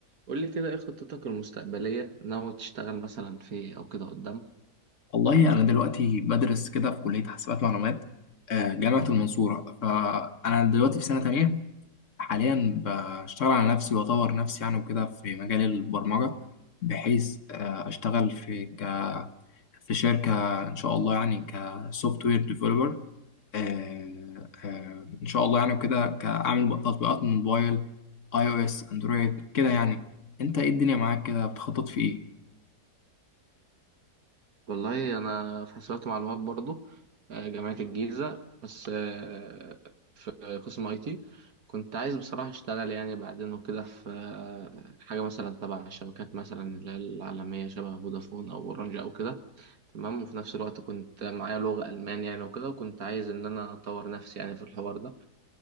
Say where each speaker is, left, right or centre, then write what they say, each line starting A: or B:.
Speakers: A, on the right (about 60°); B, on the left (about 50°).
A: قول لي كده ايه خطتك المستقبلية ناوي تشتغل مثلا في إيه او كده قدام
B: والله أنا دلوقتي بدرس كده في كلية حاسبات معلومات آه، جامعة المنصورة فأنا دلوقتي في سنة تانية حاليا بشتغل على نفسي وأطور نفسي يعني وكده في مجال البرمجة بحيث آه، أشتغل في ك... في شركة إن شاء الله يعني كسوفت وير ديفلوبر إن شاء الله يعني وكده كأعمل بق- تطبيقات موبايل أي أو إس أندرويد كده يعني أنت إيه الدنيا معاك كده بتخطط في إيه؟
A: والله انا في حسابات ومعلومات برضو آه، جامعة الجيزة بس آه، في قسم اي تي كنت عايز بصراحة اشتغل يعني بعدين وكده في آه، حاجة مثلا تبع الشبكات مثلا اللي هي العالمية شبه فودافون او اورنج او كده تمام وفي نفس الوقت كنت معايا لغة ألمان يعني وكده وكنت عايز إن أنا أطور نفسي يعني في الحوار ده